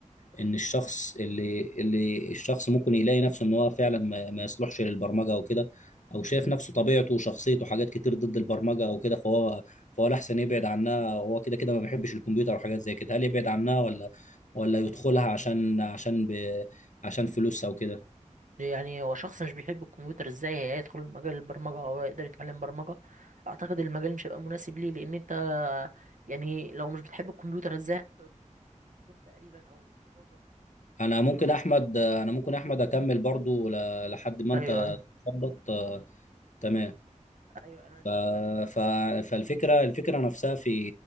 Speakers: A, on the left; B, on the right.
A: ان الشخص اللي اللي الشخص ممكن يلاقي نفسه ان هو فعلا ما ما يصلحش للبرمجه او كده او شايف نفسه طبيعته وشخصيته حاجات كتير ضد البرمجه او كده فهو فهو الاحسن يبعد عنها وهو كده كده ما بيحبش الكمبيوتر وحاجات زي كده هل يبعد عنها ولا ولا يدخلها عشان عشان ب عشان فلوس او كده
B: يعني هو شخص مش بيحب الكمبيوتر ازاي هيدخل مجال البرمجه او يقدر يتعلم برمجه اعتقد المجال مش هيبقى مناسب ليه لان انت يعني لو مش بتحب الكمبيوتر ازاي هتقعد طول اليوم تقريبا او معظم
A: انا
B: او
A: ممكن احمد انا ممكن احمد اكمل برضو ل- لحد ما
B: ايوه
A: انت
B: ايوه
A: تظبط آه، تمام
B: ايوه انا
A: ف... ف... فالفكره الفكره نفسها في